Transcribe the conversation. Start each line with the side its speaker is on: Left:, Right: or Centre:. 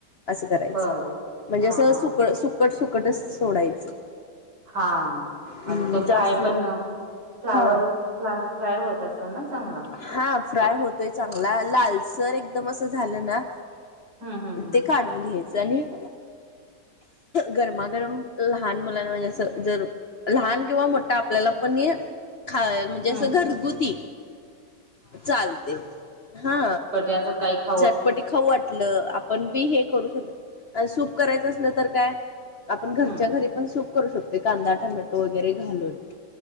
Left: असं करायचं.
Right: बर बर
Left: म्हणजे
Right: हा
Left: असं
Right: हा
Left: सुक सुकट सुकटच सोडायचं.
Right: हा. म्हणजे
Left: हम्म
Right: त
Left: जास्त
Right: फ्राय पण फ्लावर-
Left: हा
Right: फ्लावर फ्राय होत असेल ना चांगला.
Left: हा. फ्राय होतोय चांगला. लालसर एकदम असं झालं ना?
Right: हम्म हम्म हम्म
Left: ते काढून घ्यायचं आणि- गरमागरम लहान मुलांना म्हणजे असं जर- लहान किंवा मोठा आपल्याला पण नाई. खायाल म्हणजे असं
Right: हम्म
Left: घरगुती. चालत. हा.
Right: जरासक ऐक
Left: झटपटी खाऊ वाटलं आप - पण बी हे करू शकतो. आन सूप करायचं असलं तर काय? आपण घरच्या
Right: हम्म
Left: घरी- पण सूप करू शकतो. कांदा टमॅटो वगैरे घालून.